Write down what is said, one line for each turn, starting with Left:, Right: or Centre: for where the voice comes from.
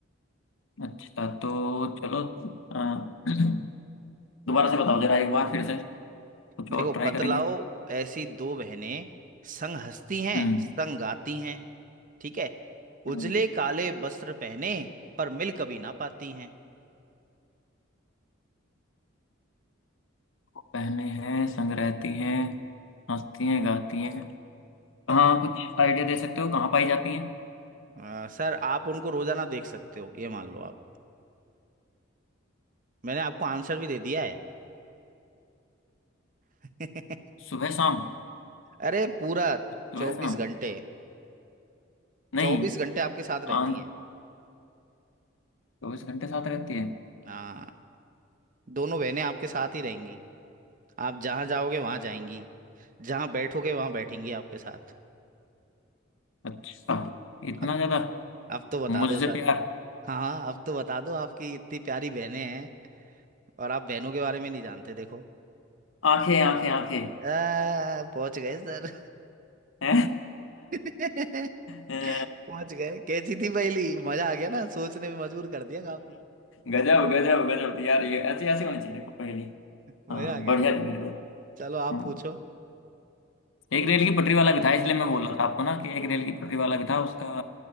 Left: अच्छा तो चलो अ, <clears throat> दोबारा से बताओ जरा एक बार फिर से कुछ
Right: देखो
Left: और ट्राई
Right: बतलाओ
Left: करेंगे
Right: ऐसी दो बहनें संग हंसती हैं
Left: हम्म
Right: संग गाती हैं ठीक है
Left: हम्म,
Right: उजले काले वस्त्र पहने पर मिल कभी ना पाती हैं
Left: वो पहने हैं संग रहती हैं हंसती हैं गाती हैं कहाँ कुछ आइडिया दे सकते हो कहाँ पाई जाती हैं
Right: आ, सर आप उनको रोजाना देख सकते हो ये मान लो आप मैंने आपको आंसर भी दे दिया है <laughs>
Left: सुबह शाम
Right: अरे पूरा
Left: सुबह
Right: चौबीस
Left: शाम
Right: घंटे
Left: नहीं
Right: चौबीस घंटे आपके साथ रहती
Left: आन
Right: हैं
Left: चौबीस घंटे साथ रहती है
Right: हाँ दोनों बहनें आपके साथ ही रहेंगी आप जहाँ जाओगे वहाँ जाएंगी जहाँ बैठोगे वहाँ बैठेंगी आपके साथ
Left: अच्छा इतना
Right: अब
Left: ज्यादा
Right: अब तो बता
Left: मुझसे
Right: दो सर
Left: प्यार
Right: हाँ हाँ अब तो बता दो आपकी इतनी प्यारी बहनें हैं और आप बहनों के बारे में नहीं जानते देखो
Left: आंखें आंखें आंखें
Right: आ, पहुंच गए सर
Left: <laughs>
Right: <laughs>
Left: मजा
Right: पहुंच गए कैसी थी पहली मजा आ गया ना सोचने में मजबूर कर दिया काफी
Left: गजब
Right: <laughs>
Left: गजब गजब यार ये ऐसी ऐसी होनी चाहिए देखो पहेली
Right: मजा
Left: हाँ
Right: आ
Left: बढ़िया
Right: गया ना
Left: थी मेरे को
Right: चलो आप
Left: हाँ
Right: पूछो
Left: एक रेल की पटरी वाला भी था इसलिए मैं बोल रहा था आपको ना कि एक रेल की पटरी वाला भी था उसका